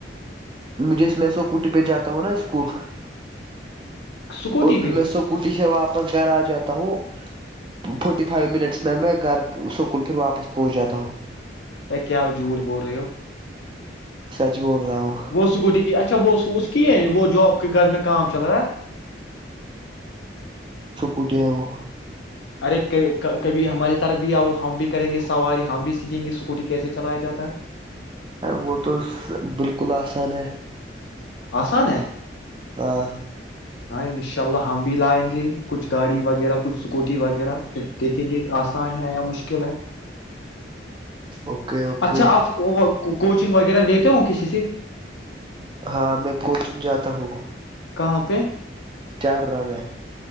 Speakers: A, on the right; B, on the left.
A: جس میں سو کوٹی پہ جاتا ہوں نا اسکول
B: اسکوٹی
A: اور پھر
B: پہ
A: میں سوکوٹی سے واپ واپس گھر آ جاتا ہوں فورٹی فائیو منٹس میں میں گھر سکول پھر واپس پہنچ جاتا ہوں
B: یا کیا آپ جھوٹ بول رہے ہو
A: سچ بول رہا ہوں
B: وہ سکوٹی کی اچھا وہ اس کی ہے وہ جاب <unintelligible> کو کوئی گ میں کام چلاا
A: اٹیا وہ <unintelligible>
B: ارے کبھی ہماری طرف بھی آ ہم بھی کریں گے سواری ہم بھی سیکھیں گے اسکوٹی کیسے چلایا جاتا ہے
A: وہ تو بالکل اسان ہے
B: آسان ہے
A: ہاں
B: ان شاء اللہ ہم بھی لائیں گے کچھ گاڑی وغیرہ کچھ اسکوٹی وغیرہ پھر دیکھیں گے آسان ہے یا مشکل ہے
A: اوکے اوکے
B: اچھا آپ کوچنگ وغیرہ دیتےہو کسی سے
A: ہاں میں کوچن جاتا ہوں
B: کہاں پہ
A: چاڈورا میں